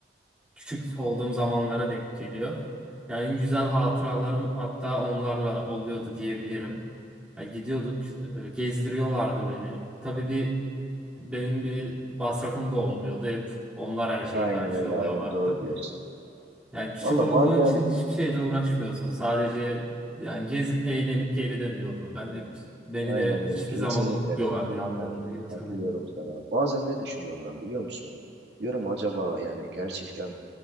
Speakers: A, in the centre; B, on the right.
A: küçük olduğum zamanlara denk geliyor. Yani en güzel hatıralarım hatta onlarla oluyordu diyebilirim. Ya gidiyorduk, e, gezdiriyorlardı beni. Tabii bir benim bir masrafım da olmuyordu. Hep onlar her şeyi
B: Aynen
A: karşılıyorlardı.
B: öyle aynen doğru diyorsun.
A: Yani küçük
B: Valla
A: olduğun
B: bazen
A: için hiçbir şeyle uğraşmıyorsun. Sadece yani gezip eğlenip geri dönüyordum ben. Hep beni
B: aynen
A: de
B: öyle
A: hiçbir
B: kesinlikle
A: zaman unutmuyorlardı yanlarında
B: kat-
A: götürmeyi.
B: katılıyorum sana. Bazen ne düşünüyorum ben biliyor musun? Diyorum acaba yani gerçekten